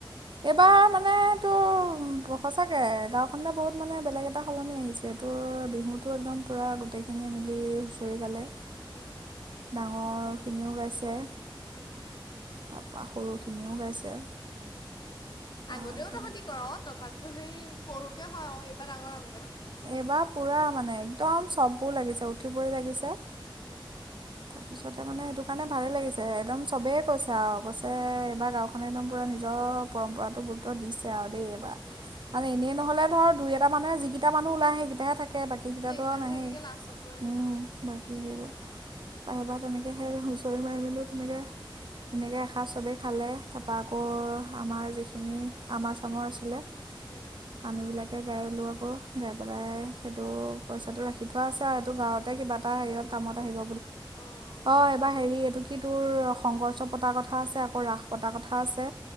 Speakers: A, on the right; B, on the left.
A: এইবাৰ মানে তোৰ সঁচাকে গাঁওখননে বহুত মানে বেলেগ এটা সলনি আহিছে তোৰ বিহুতো একদম পুৰা গোটেইখিনি মিলি হুঁচৰি গালে
B: উম
A: ডাঙৰ খিনিও গাইছে।
B: উম
A: তাৰ পৰা সৰু খিনিও গাইছে,
B: উম
A: বা
B: আগতেও
A: একদম
B: তহঁতি কৰ তথাপি। এইটো হেৰি সৰুকে হয় অ এইবাৰ ডাঙৰ ডাঙ
A: এইবাৰ পুৰা মানে একদম চব লাগিছে উঠিবই লাগিছে।
B: উম।
A: তাৰপিছতে মানে সেইটো কাৰণে ভালে লাগিছে, একদম চবেই কৈছে আৰু কৈছে এইবাৰ গাওখনে একদম পুৰা নিজৰ পৰম্পৰাতো গুৰুত্ব দিছে। আৰু দেই এইবাৰ
B: দিছে
A: মানে এনেই নহ'লে ধৰ দুই এটা মানে যি মানুহ ওলাই আহে সেইকেইটা থাক তাকে বাকীকেইটাতো
B: সেইকেইটাহে
A: আৰু নাহেই
B: থাকেগে লাষ্টত গৈ
A: উ
B: উম
A: বাকী সেইবোৰ প সব তেনেকে সেই হুঁচৰি মাৰি মেলো তেনেকে তেনেকে এসাজ চবেই খালে, তাৰপা আকৌ আমাৰ যিখিনি আমাৰ চামৰ আছিলে
B: উম
A: আম বিলাকে গালো আকৌ। গাই পেলাই সেইটো পইচাটো ৰাখি থোৱা আছে আৰু সেইটো গাঁৱতে কিবা এটা হেৰিত কামত আহিব।
B: অঁ নামঘৰটো
A: অ' এইবাৰ হেৰি এইটো কি তোৰ শংকৰ উৎসৱ পতা কথা আছে আকৌ ৰাস পতা কথা আছে।